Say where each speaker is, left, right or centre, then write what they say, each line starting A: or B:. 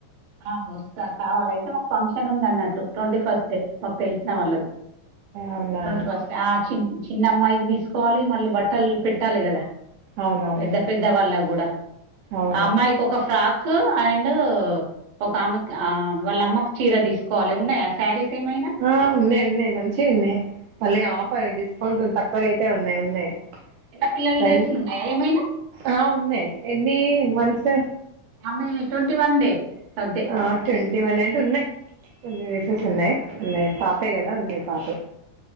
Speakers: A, on the right (about 70°); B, on the right (about 85°).
A: ఆ వస్తా కావాల అయితే మాకు ఫంక్షన్ ఉంది అన్నట్టు ట్వంటీ ఫస్ట్ డే మాకు తెలిసినా వాళ్ళది
B: అవునా
A: ట్వంటీ ఫస్ట్ ఆ చి చిన్న అమ్మాయికి తీసుకోవాలి మళ్ళీ బట్టలు పెట్టాలి కదా
B: అవునవును
A: పెద్ద పెద్ద వాళ్ళ కూడా
B: అవును
A: ఆ అమ్మాయికి ఒక ఫ్రాక్ కొఅండ్ ఒక ఆమె కిల వాళ్ళ అమ్మకు చీర తీసుకోవాలి ఉన్నాయా శారీస్ ఏమైనా
B: ఆ ఉన్నాయి ఉన్నాయి మంచివి ఉన్నాయి మళ్ళీ
A: చిన్న
B: ఆఫర్ డిస్కౌంట్ తక్కువ రేతేే ఉన్నాయి ఉన్నాయి
A: చిన్న పిల్లల
B: రండి
A: డ్రెస్లు ఉన్నాయా ఏమైనా
B: ఆ ఉన్నాయి ఎన్ని మంత్స్
A: అ మెట్వంటీ వన్ డే అంతే
B: ఆ ట్వంటీ వన్ అడ్ ఉన్నాయి కొన్ని డ్రెస్సెస్ ఉన్నాయి ఉన్నా పాపే కదా ఉంది పాపే